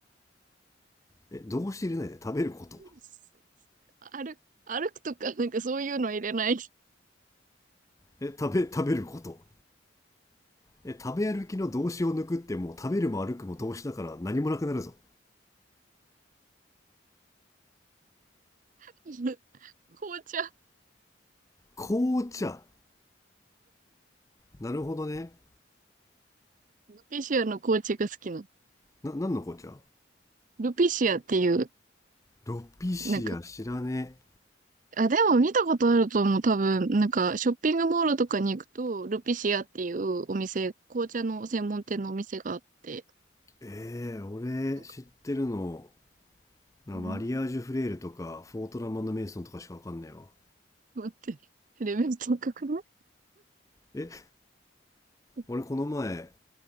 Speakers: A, on the left; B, on the right.
A: え動詞入れないで食べること
B: <laughs> 歩、歩くとか、なんかそういうの入れない。
A: え食べ食べることえ食べ歩きの動詞を抜くってもう食べるも歩くも動詞だから何もなくなるぞ
B: <laughs> 紅茶。
A: 紅茶。なるほどね。
B: ルピシアの紅茶が好きなの。
A: な、何の紅茶
B: ルピシアっていう、
A: ロピシア知らね
B: なんかあ、でも見たことあると思う。多分、なんか、ショッピングモールとかに行くと、ルピシアっていうお店、紅茶の専門店のお店があって、
A: え。えー、俺知ってるの、
B: なんか、
A: なマリアージュフレールとか、
B: うん
A: フォートラマンド・メイソンとかしかわかんないわ。
B: 待って、レベル高くない
A: え、
B: <laughs>
A: 俺この前、